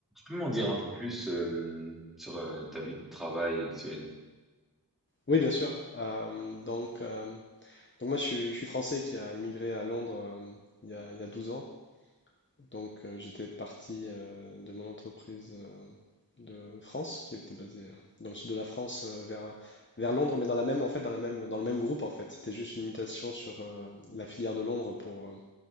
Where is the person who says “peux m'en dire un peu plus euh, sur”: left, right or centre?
Centre